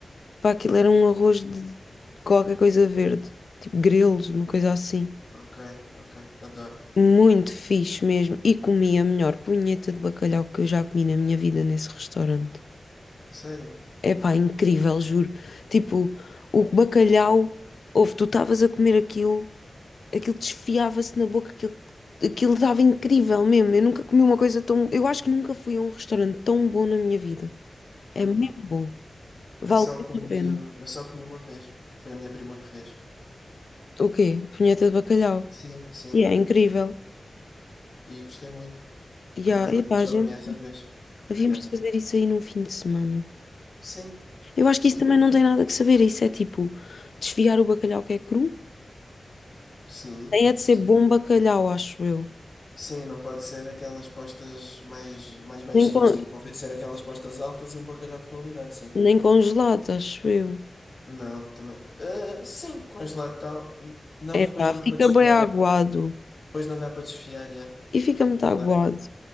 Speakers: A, on the left (about 65°); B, on the left (about 45°).
A: Pá, aquilo era um arroz de qualquer coisa verde. Tipo grelos, uma coisa assim.
B: Ok, ok. Adoro.
A: Muito fixe mesmo. E comi a melhor punheta de bacalhau que eu já comi na minha vida nesse restaurante.
B: Sério?
A: É pá, incrível, juro. Tipo, o bacalhau, ouve, tu estavas a comer aquilo, aquilo desfiava-se na boca, aquilo, aquilo estava incrível mesmo. Eu nunca comi uma coisa tão. Eu acho que nunca fui a um restaurante tão bom na minha vida. É
B: Uhum.
A: mesmo bom. Vale
B: Eu só
A: mesmo
B: comi,
A: a pena.
B: eu só comi uma vez. Foi a minha prima que fez.
A: O quê? Punheta de bacalhau.
B: Sim, sim.
A: E é incrível.
B: E gostei muito
A: E
B: também.
A: há- epá,
B: Mas só
A: gente,
B: comi essa vez, por
A: havíamos
B: acaso.
A: de fazer isso aí num fim de semana.
B: Sim,
A: Eu acho
B: sim.
A: que isso também não tem nada que saber. Isso é tipo desfiar o bacalhau que é cru.
B: Sim,
A: Tem é de ser
B: sim.
A: bom bacalhau, acho eu.
B: Sim, não pode ser aquelas postas mais, mais baixinhas.
A: Nem, con-
B: Tem que convencer aquelas postas altas e um bacalhau de qualidade, sim.
A: nem congelado, acho eu.
B: Não, também. ah, sim, congelado tal. Não,
A: É
B: porque depois
A: pá,
B: não
A: fica
B: dá para desfiar.
A: bem aguado.
B: Depois não dá para desfiar, já.
A: E fica muito
B: Não
A: aguado.
B: dá.